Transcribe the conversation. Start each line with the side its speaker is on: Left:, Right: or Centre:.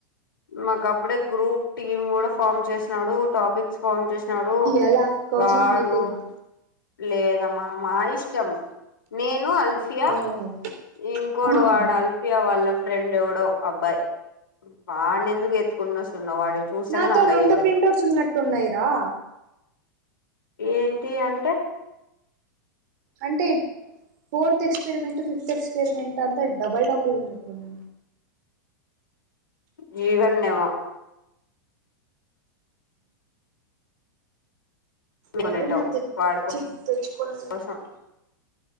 Left: మాక్ ఒకప్పుడే గ్రూప్ టీమ్ కూడా ఫామ్ చేసినాడు టాపిక్స్ ఫోన్ చేసినాడు
Right: ఎలా కౌశిక్
Left: వాడు
Right: మీ టీమా
Left: లేదమ్మా మా ఇష్టం నేను అల్ఫియా
Right: ఓహోహో
Left: ఇంకోడు
Right: ఓహోహో
Left: వాడు అల్ఫియా వాళ్ళ ఫ్రెండ్ ఎవడో అబ్బాయి వాన్ని ఎందుకు ఎత్తుకుని వస్తున్నావ్ వాడిని చూస్తేనే
Right: నాతో
Left: నాకు
Right: రెండు
Left: అయ్యలేదు
Right: ప్రింటర్స్ ఉన్నట్టు ఉన్నాయిరా
Left: ఏంటి అంటే
Right: అంటే ఫోర్త్ ఎక్స్పెరిమెంట్ ఫిఫ్త్ ఎక్స్పెరిమెంట్ అంతా డబల్ డబల్ ఉన్నట్టుఉంది
Left: జీవన నేమో అనుకునింటావు
Right: ఎవరనా తెచ్చి
Left: వాడి
Right: తెచ్చుకోలేదంటే
Left: కోసం